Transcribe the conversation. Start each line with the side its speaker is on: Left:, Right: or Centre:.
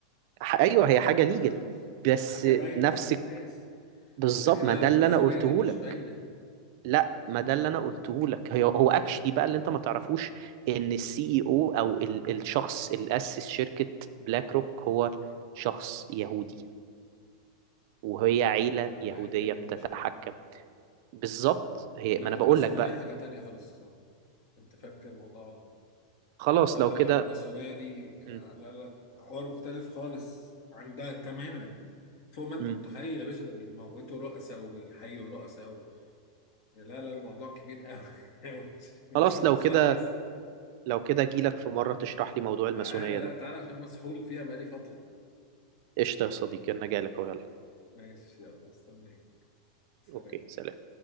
Right: ح- ايوه هي حاجه ليجل
Left: <laughs> وحاجه
Right: بس
Left: باينه
Right: نفسك
Left: قدام الناس
Right: بالظبط
Left: لكن
Right: ما
Left: انا
Right: ده
Left: الماسونيه
Right: اللي انا قلته
Left: دي مش
Right: لك
Left: باينه
Right: لا ما ده اللي انا قلته لك هي هو اكشلي بقى اللي انت ما تعرفوش ان السي اي او او ال- الشخص اللي اسس شركه بلاك روك هو شخص يهودي وهي عيله
Left: عادي
Right: يهوديه
Left: يعني
Right: بتتحكم
Left: ايه المشكله
Right: بالظبط هي
Left: لا
Right: ما انا
Left: الماسونيه
Right: بقول لك بقى
Left: حاجه تانية خالص صح انت فاهم كده الموضوع غلط
Right: خلاص
Left: لا
Right: لو
Left: لا
Right: كده
Left: لا الماسونيه دي
Right: م-
Left: آه، لا لا حوار مختلف خالص عن ده تماما فوق ما انت
Right: م.
Left: متخيل يا باشا ده بيموتوا رؤساء وبيحيوا رؤساء لا لا لا الموضوع كبير قوي <laughs> مش مش
Right: خلاص
Left: اقتصاد
Right: لو كده
Left: بس
Right: لو كده جيلك في مره تشرح لي موضوع الماسونيه
Left: تعالى
Right: ده
Left: لا تعالى عشان مسحول فيها بقالي فترة
Right: قشطه يا صديقي انا جاي لك يلا
Left: ماشي يلا استنيك سلام
Right: اوكي سلام